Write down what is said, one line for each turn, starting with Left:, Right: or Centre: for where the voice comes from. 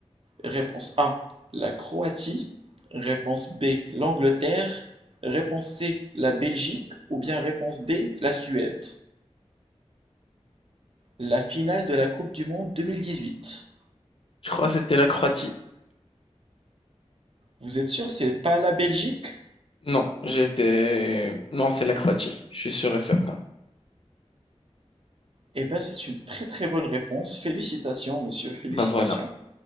Right: Réponse A, la Croatie. Réponse B, l'Angleterre. Réponse C, la Belgique. Ou bien réponse D, la Suède. La finale de la Coupe du Monde 2018.
Left: Je crois que c'était la Croatie.
Right: Vous êtes sûr, c'est pas la Belgique?
Left: Non, j'étais... Non, c'est la Croatie. Je suis sûr et certain.
Right: Eh bien, c'est une très très bonne réponse. Félicitations, monsieur, félicitations.
Left: Bah voilà,